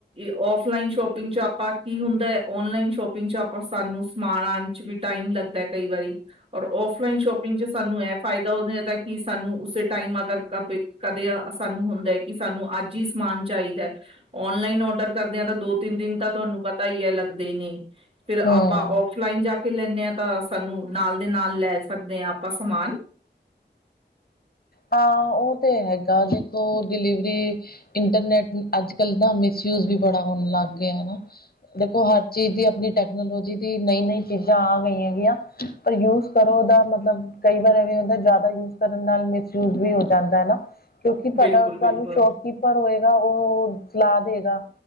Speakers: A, on the right; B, on the left.
A: ਔਫਲਾਈਨ ਸ਼ੋਪਿੰਗ 'ਚ ਆਪਾਂ ਕੀ ਹੁੰਦਾ ਹੈ ਔਨਲਾਈਨ ਸ਼ੋਪਿੰਗ 'ਚ ਆ ਪਰ ਸਾਨੂੰ ਸਮਾਨ ਆਉਣ 'ਚ ਵੀ ਟਾਈਮ ਲੱਗਦਾ ਕਈ ਵਾਰੀ ਔਰ ਉਫਲਾਈਨ ਸ਼ੋਪਿੰਗ 'ਚ ਸਾਨੂੰ ਇਹ ਫਾਇ ਦਾ ਹੋ ਜਾਂਦਾ ਕਿ ਸਾਨੂੰ ਉਸੇ ਟਾਈਮ ਅਗਰ ਕਦੇ ਸਾਨੂੰ ਹੁੰਦਾ ਹੈ ਕਿ ਸਾਨੂੰ ਅੱਜ ਹੀ ਸਮਾਨ ਚਾਹੀਦਾ ਏ ਔਨਲਾਈਨ ਔਡਰ ਕਰਦੇ ਹਾਂ ਤਾਂ ਦੋ- ਤਿੰਨ ਦਿਨ ਤਾਂ ਤੁਹਾਨੂੰ ਪਤਾ ਹੀ ਏ ਲੱਗਦਾ ਹੀ ਨੇ ਫੇਰ
B: ਹਮ
A: ਆਪਾਂ ਓਫਲਾਈਨ ਜਾ ਕੇ ਲੈਣੇ ਹਾਂ ਤਾਂ ਸਾਨੂੰ ਨਾਲ ਦੇ ਨਾਲ ਲੈ ਸਕਦੇ ਹਾਂ ਆਪਾਂ ਸਮਾਨ
B: ਹਾਂ ਉਹ ਤੇ ਹੈਗਾ ਦੇਖੋ ਡਲੀਵਰੀ ਇੰਟਰਨੈਟ ਅੱਜ- ਕੱਲ ਨਾ ਮਿਸਯੂਜ ਵੀ ਬੜਾ ਹੋਣ ਲੱਗ ਗਿਆ ਹੈ ਨਾ। ਦੇਖੋ ਹਰ ਚੀਜ਼ ਦੀ ਆਪਣੀ ਟੈਕਨੋਲੋਜੀ ਦੀ ਨਈ, ਨਈਂ ਚੀਜ਼ਾਂ ਆ ਗਈਆਂ ਹੈਗੀਆਂ। ਪਰ ਯੂਜ ਕਰੋ ਉਹਦਾ ਮਤਲਬ ਕਈ ਵਾਰ ਐਵੇਂ ਹੁੰਦਾ ਜ਼ਿਆਦਾ ਯੂਜ ਕਰਨ ਨਾਲ ਮਿ ਯੂਜ ਵੀ ਹੋ ਜਾਂਦਾ ਹੈ ਨਾ ਕਿਉਂਕਿ ਤੁਹਾਡਾ
A: ਬਿਲਕੁਲ,
B: ਤੁਹਾਨੂੰ
A: ਬਿਲਕੁਲ,
B: ਸ਼ੋਪ ਕਿਪਰ ਹੋਏਗਾ, ਉਹ ਚਲਾ ਦੇਗਾ।